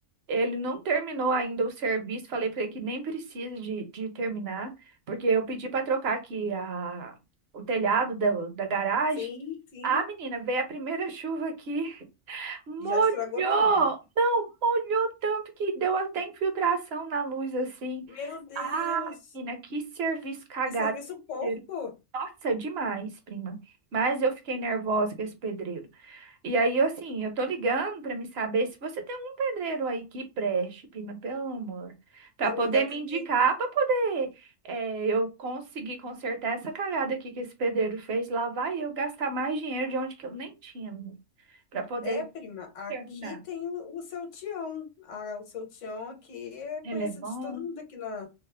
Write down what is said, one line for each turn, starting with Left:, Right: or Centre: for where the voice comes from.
Right: Ele não terminou ainda o serviço. Falei pra ele que nem precisa de, de terminar, porque eu pedi pra trocar aqui a, o telhado da, da garagem.
Left: Sim, sim.
Right: Ah, menina, veio a primeira <laughs> chuva aqui, molhou!
Left: Já estragou tudo.
Right: Não, molhou tanto que deu até infiltração na luz assim.
Left: Meu Deus,
Right: Ah, menina, que serviço cagado.
Left: que serviço porco!
Right: pedreiro. Nossa, demais, prima. Mas eu fiquei nervosa com esse pedreiro. E aí, assim, eu tô ligando pra me saber se você tem um pedreiro aí que preste, prima, pelo amor, pra
Left: Amiga,
Right: poder
Left: aqui
Right: me
Left: tem.
Right: indicar, pra poder eh, eu conseguir consertar essa cagada aqui que esse pedreiro fez. Lá vai eu gastar mais dinheiro de onde que eu nem tinha, menina, pra poder
Left: É, prima, aqui
Right: terminar.
Left: tem o, o seu Tião. Ah, o seu Tião aqui é
Right: Ele
Left: conhecido
Right: é bom?
Left: de todo mundo aqui na,